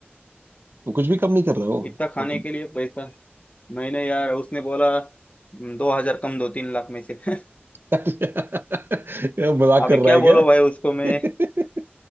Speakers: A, on the right; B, on the left.
A: तो कुछ भी कम नहीं कर रहे हो
B: इतना खाने
A: मतलब
B: के लिए पैसा मैंने यार उसने बोला "हम्म, दो हजार कम दो तीन लाख में से <laughs>
A: <laughs> क्या मजाक
B: अभी
A: कर
B: क्या
A: रहा है क्या
B: बोलो भाई उसको मैं
A: <laughs>